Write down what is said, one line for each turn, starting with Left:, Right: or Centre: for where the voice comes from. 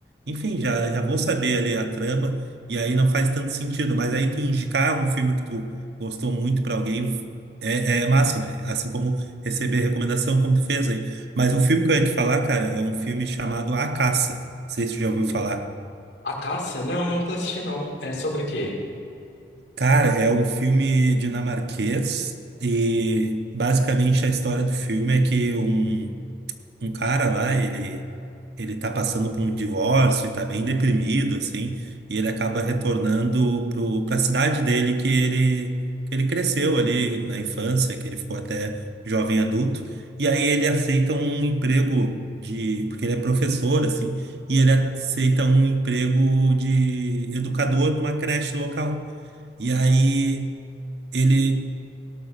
Right: enfim, já, já vou saber ali a trama, e aí não faz tanto sentido. Mas aí tu indicar um filme que tu gostou muito para alguém é, é massa, né? Assim como receber recomendação, como tu fez aí. Mas o filme que eu ia te falar, cara, é um filme chamado A Caça sei se você já ouviu falar.
Left: A Caça? Não, eu nunca assisti, não. É sobre o quê?
Right: Cara, é um filme dinamarquês e basicamente a história do filme é que um um cara lá, ele ele tá passando por um divórcio e tá bem deprimido assim, e ele acaba retornando pro para a cidade dele que ele que ele cresceu ali na infância, que ele ficou até jovem adulto, e aí ele aceita um emprego de porque ele é professor assim, e ele aceita um emprego de educador numa creche local. E aí ele